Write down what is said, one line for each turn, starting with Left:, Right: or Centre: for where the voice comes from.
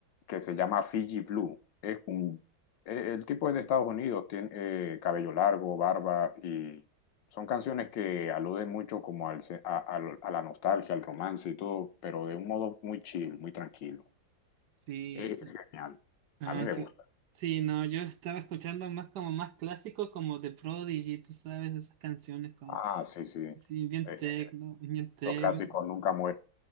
Left: que se llama Fiji Blue. Es un, eh, el tipo es de Estados Unidos, tiene eh, cabello largo, barba y son canciones que aluden mucho como al, se- a, a- lo- a la nostalgia, al romance y todo, pero de un modo muy chill, muy tranquilo.
Right: Sí,
Left: Es genial.
Right: Ah,
Left: A mí me
Right: que
Left: gusta.
Right: sí, no, yo estaba escuchando más como más clásico, como The Prodigy, tú sabes, esas canciones como,
Left: Ah, sí, sí. Eh,
Right: sí, bien
Left: eh,
Right: tecno, bien tecno.
Left: esos clásicos nunca mueren.